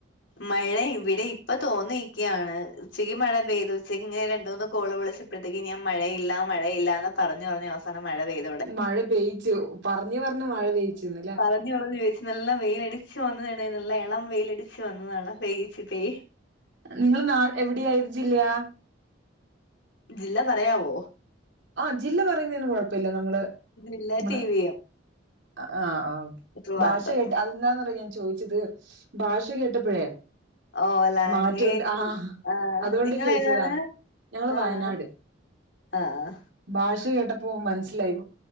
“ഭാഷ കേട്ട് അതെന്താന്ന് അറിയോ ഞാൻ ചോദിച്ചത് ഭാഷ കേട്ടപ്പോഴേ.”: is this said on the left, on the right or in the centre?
Right